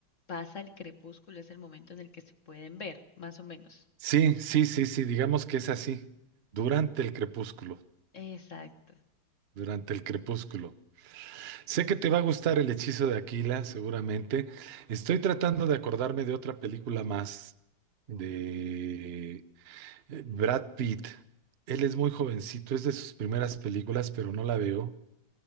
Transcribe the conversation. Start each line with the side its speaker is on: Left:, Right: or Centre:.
Left: pasa el crepúsculo, es el momento en el que se pueden ver, más o menos.
Right: Sí, sí, sí, sí, digamos que es así, durante el crepúsculo,
Left: Exacto.
Right: durante el crepúsculo. Sé que te va a gustar el hechizo de Aquila, seguramente. Estoy tratando de acordarme de otra película más de eh, Brad Pitt. Él es muy jovencito, es de sus primeras películas, pero no la veo.